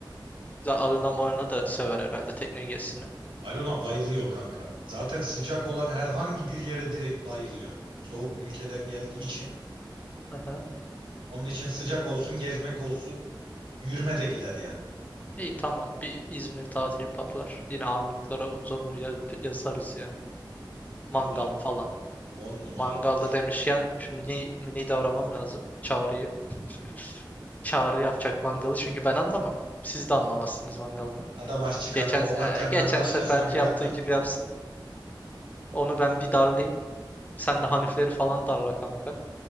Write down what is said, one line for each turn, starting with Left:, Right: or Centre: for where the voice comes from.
Left: Za- Alına malına da sever herhalde tekne gezisini.
Right: Alona bayılıyor kanka. Zaten sıcak olan herhangi bir yere direkt bayılıyor. Soğuk ülkeden geldiği için.
Left: Aha.
Right: Onun için sıcak olsun, gezmek olsun, yürüme de gider yani.
Left: İyi tamam bir İzmir tatili patlar. Yine Armutlara uzanır ya- yazarız ya.
Right: Allah
Left: Mangal falan.
Right: on numara
Left: Mangalda
Right: olur.
Left: demişken şu mini, mini de aramam lazım. Çağrı'yı. <laughs> Çağrı yapacak mangalı çünkü ben anlamam. Siz de anlamazsınız mangaldan.
Right: Adam aşçı
Left: Geçen,
Right: kanka o varken
Left: e, geçen
Right: ben başkasına
Left: seferki
Right: güvenmem.
Left: yaptığı gibi yapsın. Onu ben bir darlayayım. Sen de Hanifleri falan darla kanka.